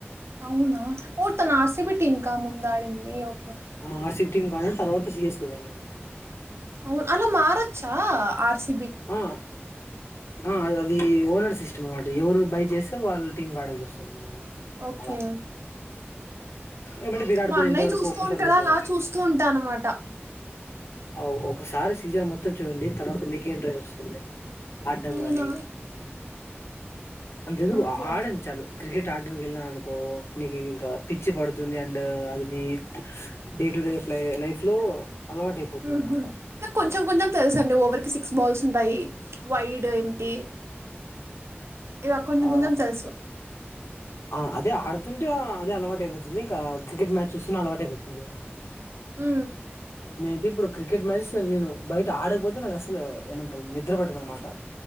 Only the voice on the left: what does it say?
ఆ ఆర్సిబి టీమ్ ఆడినాడు తర్వాత సీఎస్కే ఆడినాడు
ఆ అ అది అది ఓనర్ సిస్టమ్ వాడ్ దేవురు బై చేస్తే వాళ్ళ టీంకి ఆడాల్సి వస్తుంది నువ్వు
అలా ఏమంటే విరాట్
కోహ్లీ
ఇంతవరకు
ఒక్కసారి
కూడా పోలే
అ ఓ ఒకసారి సీజన్ మొత్తం చూడండి తర్వాత మీకే ఇంట్రెస్ట్ వస్తుంది ఆడమ్
కానీ అంత ఎందుకు
ఆడండి చాలు క్రికెట్ ఆడడం వెళ్ళినాను అనుకో నీకి ఇంకా పిచ్చి పడుతుంది అండ్ అది నీ డే టు రే ఫ్లయి లైఫ్ లో అలవాటైపోతుందనమాట
ఆ
ఆమ్ అదే ఆడుతుంటే అదే అలవాటు అయిపోతుంది ఇంకా క్రికెట్ మ్యాచ్ చూస్తున్న అలవాటు అయిపోతుంది
నేనైతే ఇప్పుడు క్రికెట్ మ్యాచ్ అసలు నేను బయట ఆడకపోతే నాకు అసలు ఏమంటారు నిద్ర పట్టదు అన్నమాట